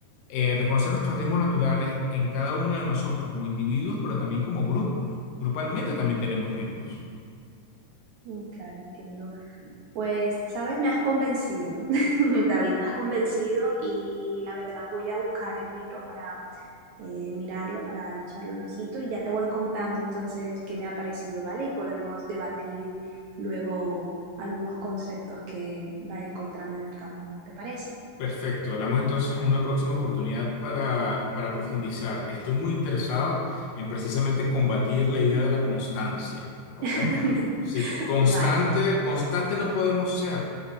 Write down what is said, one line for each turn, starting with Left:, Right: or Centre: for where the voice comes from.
Left: eh, reconocer nuestros ritmos naturales en cada uno de nosotros como individuos, pero también como grupos. Grupalmente también tenemos ritmos.
Right: Mm, Claro, entiendo. Pues, sabes, me has convencido, <laughs> David, me has convencido y la verdad voy a buscar el libro para eh, mirarlo para echarle un ojito y ya te voy contando entonces qué me ha parecido, ¿vale? Y podemos debatir luego algunos conceptos que vaya encontrando en el camino, ¿te parece?
Left: Perfecto, hablamos entonces en una próxima oportunidad para, para profundizar. Estoy muy interesado en precisamente combatir la idea de la constancia, ¿ok?
Right: <laughs>
Left: Sí, constante,
Right: Vale,
Left: constante no podemos ser,